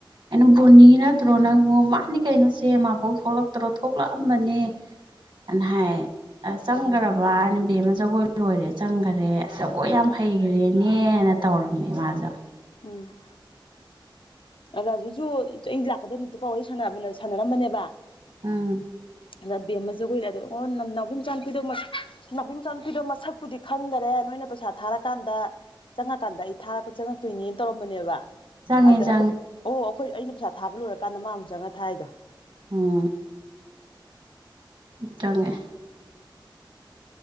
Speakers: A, on the right; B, on the left.
A: ꯀꯩꯅ ꯕꯣꯅꯤ ꯅꯠꯇ꯭ꯔꯣ ꯅꯪꯕꯨ ꯃꯥꯅꯤ ꯀꯩꯅꯣꯁꯦ ꯃꯥꯕꯧ ꯊꯣꯛꯂꯛꯇ꯭ꯔꯣ ꯊꯣꯛꯂꯛꯑꯝꯕꯅꯦ ꯑꯅ ꯍꯥꯏ ꯑ ꯆꯪꯈ꯭ꯔꯕ ꯍꯥꯏꯅ ꯕꯦꯝꯃ ꯖꯒꯣꯏ ꯂꯣꯏꯔꯦ ꯆꯪꯈꯔꯦ ꯖꯒꯣꯏ ꯌꯥꯝ ꯍꯩꯈ꯭ꯔꯦꯅꯦꯅ ꯇꯧꯔꯝꯃꯦ ꯃꯥꯁꯨ
B: ꯎꯝ ꯔꯥꯖꯨꯖꯨ ꯑ ꯂꯥꯛꯀꯗꯕ ꯅꯨꯠꯇ ꯄꯥꯎ ꯁ ꯁꯥꯟꯅꯔꯝꯕꯅꯦꯕ
A: ꯎꯝ
B: ꯑꯗ ꯕꯦꯝ ꯑꯃꯖꯒꯣꯏ ꯂꯩ ꯑꯣ ꯑꯣ ꯅ ꯅꯥꯎꯄꯤ ꯃꯆꯥꯅꯨꯄꯤꯗꯣ ꯃꯁ ꯅꯥꯎꯄꯤ ꯃꯆꯥꯅꯨꯄꯤꯗꯣ ꯃꯁꯛ ꯀꯨꯗꯤ ꯈꯪꯗꯔꯦ ꯅꯣꯏꯅ ꯄꯩꯁꯥ ꯊꯥꯔꯀꯥꯟꯗ ꯆꯪꯉꯀꯥꯟꯗ ꯑꯩ ꯊꯥꯔꯛꯄ ꯆꯪꯉꯛꯇꯣꯏꯅꯦꯅ ꯇꯧꯔꯝꯕꯅꯦꯕ
A: ꯆꯉꯦ
B: ꯑꯗ
A: ꯆꯥꯡꯉꯦ
B: ꯑꯩꯈꯣꯏ ꯑꯣ ꯑꯩꯈꯣꯏ ꯑꯩꯅ ꯄꯩꯁꯥ ꯊꯥꯕ ꯂꯣꯏꯔꯀꯥꯟꯗ ꯃꯥ ꯑꯃꯨꯛ ꯆꯪꯉꯒ ꯊꯥꯏꯗꯣ
A: ꯎꯝ ꯆꯉꯦ